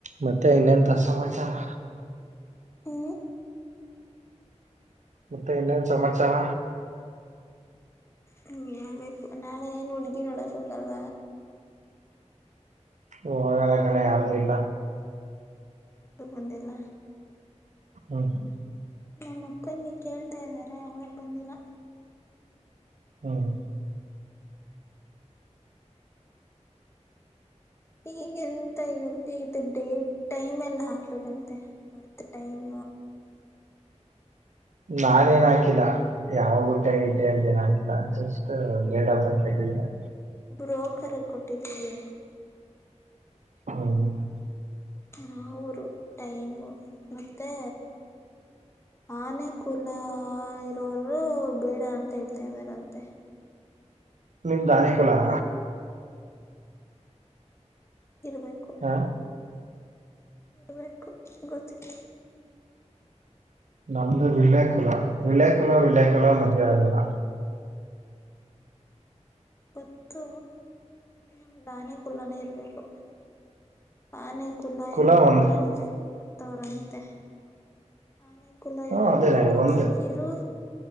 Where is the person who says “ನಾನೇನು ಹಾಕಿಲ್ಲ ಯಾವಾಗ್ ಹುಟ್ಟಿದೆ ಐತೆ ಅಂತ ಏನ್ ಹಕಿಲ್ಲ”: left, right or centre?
Right